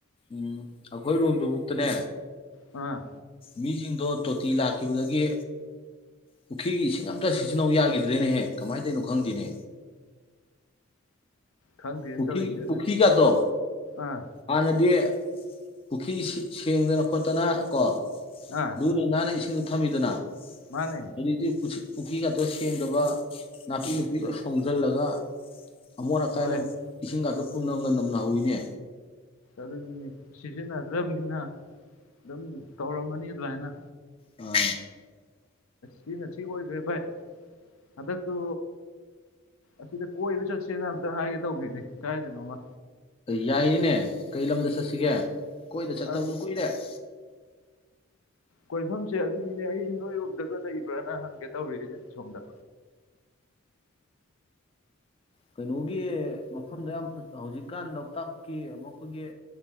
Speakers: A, on the left (about 25°); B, on the left (about 75°).
A: ꯎꯝ ꯑꯩꯈꯣꯏ ꯔꯣꯝꯗꯨꯃꯨꯛꯇꯅꯦ
B: ꯑꯥ
A: ꯃꯤꯁꯤꯡꯗꯣ ꯇꯣꯇꯤ ꯂꯥꯛꯈꯤꯕꯗꯒꯤ ꯄꯨꯈ꯭ꯔꯤꯒꯤ ꯏꯁꯤꯡ ꯑꯝꯇ ꯁꯤꯖꯤꯟꯅꯧ ꯌꯥꯈꯤꯗ꯭ꯔꯦꯅꯦꯍꯦ ꯀꯃꯥꯏꯅ ꯇꯔꯤꯩꯅꯣ ꯈꯪꯗꯦꯅꯦ
B: ꯈꯪꯗꯦꯅ
A: ꯄꯨ
B: ꯇꯧꯔꯤꯁꯦ ꯑꯗꯨꯅꯤ
A: ꯄꯨꯈꯤ ꯀꯇꯣ
B: ꯑꯥ
A: ꯑꯅꯗꯤ ꯄꯨꯈ꯭ꯔꯤ ꯁꯦꯡꯗꯅ ꯈꯣꯠꯇꯅ ꯀꯣ
B: ꯑꯥ
A: ꯂꯨ ꯂꯩꯅꯦ ꯏꯁꯤꯡ ꯃ ꯊꯝꯃꯤꯗꯨꯅ
B: ꯃꯥꯅꯦ
A: ꯍꯧꯗꯤ ꯄꯨꯈ꯭ꯔꯤ ꯈꯇ ꯁꯦꯡꯗꯕ ꯅꯥꯄꯤ ꯅꯅꯥꯄꯤꯄꯤꯒ ꯁꯣꯡꯖꯔ ꯂꯒ ꯑꯃꯃꯣꯅ ꯀꯥꯏꯅ
B: ꯍꯣꯏ ꯑꯁ
A: ꯏꯒ ꯑꯗꯨ ꯄꯨꯝꯅꯝꯒ ꯅꯝꯅꯍꯧꯋꯤꯅꯦ
B: ꯑꯗꯨꯅꯤꯅꯦ ꯁꯤꯖꯤꯟꯅꯗ꯭ꯔꯕꯅꯤꯅ ꯑꯗꯨꯝ ꯇꯧꯔꯝꯃꯅꯤ ꯑꯗꯨꯃꯥꯏꯅ
A: ꯎꯝ
B: ꯁꯤꯅ ꯁꯤ ꯑꯣꯏꯈ꯭ꯔꯦ ꯚꯥꯏ ꯍꯟꯗꯛꯇꯨ ꯑꯁꯤꯗ ꯀꯣꯏꯕ ꯆꯠꯁꯦꯅ ꯑꯝꯇ ꯍꯥꯏꯒꯦ ꯇꯧꯕꯒꯤꯅꯤ ꯀꯥꯏꯗꯅꯣꯃ
A: ꯌꯥꯏꯌꯦꯅꯦ ꯀꯩ ꯂꯝꯗ ꯆꯠꯁꯤꯒꯦ ꯀꯣꯏꯗꯦ ꯆꯠꯠꯇ
B: ꯑꯁ
A: ꯀꯏꯗꯦ <inaudible>
B: ꯀꯣꯏꯐꯝꯁꯦ ꯑꯗꯨꯅꯤꯅꯦ ꯑꯩ ꯅꯣꯏꯔꯣꯝꯗꯒ ꯂꯩꯕ꯭ꯔꯅ ꯍꯪꯒꯦ ꯇꯧꯔꯤ ꯑꯩꯅ ꯁꯣꯝꯗ
A: ꯀꯩꯅꯣꯒꯤ ꯃꯐꯝꯗ ꯌꯥꯝ ꯐ ꯍꯧꯖꯤꯛꯀꯥꯟ ꯂꯣꯛꯇꯥꯛꯀꯤ ꯃꯈꯣꯏꯒꯤ